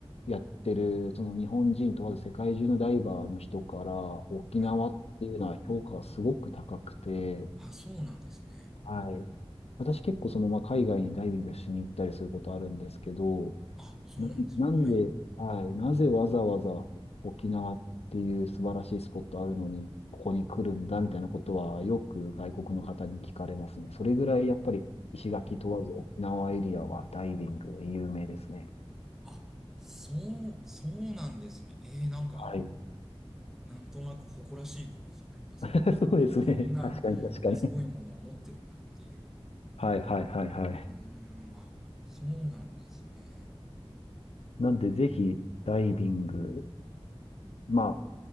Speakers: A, on the left; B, in the centre.
A: やってる、その日本人問わず世界中のダイバーの人から、沖縄っていうのは評価がすごく高くて、
B: はい。あ、そうなんですね。
A: はい。私結構その、まあ、海外にダイビングしに行ったりすることあるんですけど、
B: あ、そうなんですね。
A: な、なんで、
B: はい。
A: はい、なぜわざわざ沖縄っていう素晴らしいスポットあるのに、ここに来るんだみたいなことはよく外国の方に聞かれますね。それぐらいやっぱり石垣問わず沖縄エリアはダイビングで有名ですね。
B: ああ。あ、そう、そうなんですね。えー、なんか、
A: はい。
B: なんとなく誇らしい気持ちになりますね。
A: <laughs> そうですね。
B: え、そんな、
A: 確かに確かに。
B: すごいものを持ってるんだっていう。
A: はいはいはいはい。
B: うーん、あ、そうなんですね。
A: なんでぜひダイビング、まあ、